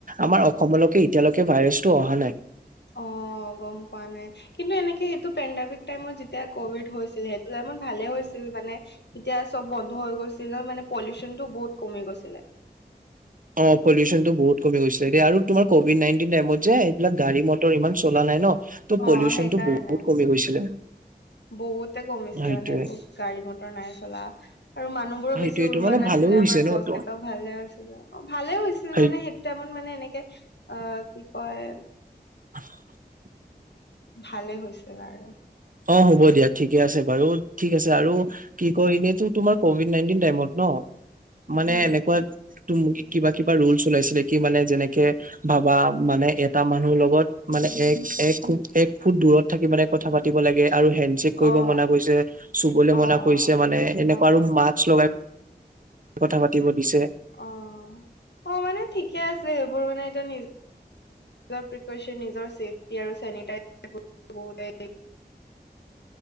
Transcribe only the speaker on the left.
অ অ গম পোৱা নাই কিন্তু এনেকে সেইটো পেনডমিক টাইমত যেতিয়া কভিড হৈছিল সেইটো টাইমত ভালে হৈছিল মানে তেতিয়া চব বন্ধ হৈ গৈছিল ন মানে পলিউচনতটো বহুত কমি গৈছিলে
অ
সেইকাৰণে
বহুতে কমিছিলে
মানে এইবোৰ গাড়ী মটৰ নাই চলা আৰু মানুহ বোৰো
বেছি ওলোৱা
নাছিলে
আমাৰ
গছ
কেইটাও ভালে হৈছিলে ভালে হৈছিলে
মানে সেইটো টাইমত মানে এনেকে অ কি কয়
ভালে হৈছিল আৰু
উম।
অ',
অ',
অ',
অ অ মানে ঠিকে আছিল সেইবোৰ মানে এতিয়া নিজ- নিজৰ প্ৰিপেয়চন নিজৰ ছেফটি আৰু চেনিতাই- বহুত <unintelligible>